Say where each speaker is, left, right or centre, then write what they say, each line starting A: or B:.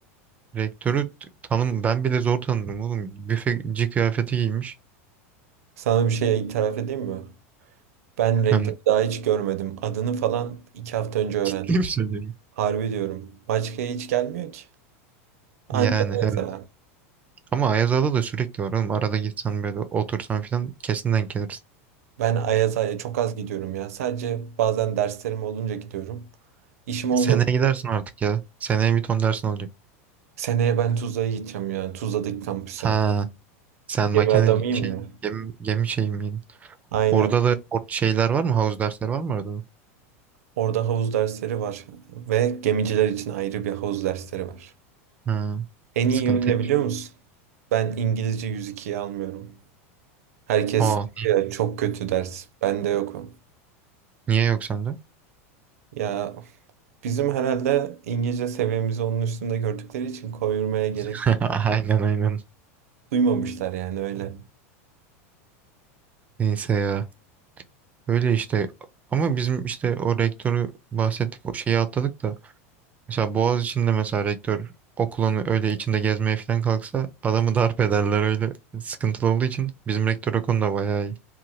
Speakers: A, on the right; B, on the right.
A: rektörü t- tanım ben bile zor tanıdım oğlum. Büfeci kıyafeti giymiş.
B: Sana bir şey itiraf edeyim mi? Ben rektörü
A: Yani, <laughs>
B: daha hiç görmedim. Adını falan iki hafta önce öğrendim.
A: Kim söylüyor?
B: Harbi diyorum. Başka hiç gelmiyor ki.
A: yani
B: Anca Ayaz'a.
A: evet. Ama Ayaz Ağa'da da sürekli var oğlum. Arada gitsen böyle otursan falan kesin denk gelirsin.
B: Ben Ayaz'a çok az gidiyorum ya. Sadece bazen derslerim olunca gidiyorum. İşim olmadı.
A: Seneye gidersin artık ya. Seneye bir ton dersin olacak.
B: Seneye ben Tuzla'ya gideceğim ya. Tuzla'daki kampüse.
A: Ha Sen makine
B: Gemi adamıyım
A: şey
B: ya.
A: gemi, gemi şey miydin?
B: Aynen.
A: Orada da or- şeyler var mı? Havuz dersleri var mı orada da?
B: Orada havuz dersleri var. Ve gemiciler için ayrı bir havuz dersleri var.
A: Ha,
B: En iyi
A: sıkıntıymış.
B: yönü ne biliyor musun? Ben İngilizce 102'yi almıyorum. Herkes
A: Aa,
B: diyor ya çok kötü ders. Bende yok o.
A: niye yok sende?
B: Ya bizim herhalde İngilizce seviyemizi onun üstünde gördükleri için koyurmaya gerek
A: <laughs> Aynen aynen.
B: duymamışlar yani öyle.
A: Neyse ya. Öyle işte. Ama bizim işte o rektörü bahsettik o şeyi atladık da. Mesela Boğaz içinde mesela rektör okulun öyle içinde gezmeye falan kalksa adamı darp ederler öyle sıkıntılı olduğu için. Bizim rektör o konuda bayağı iyi.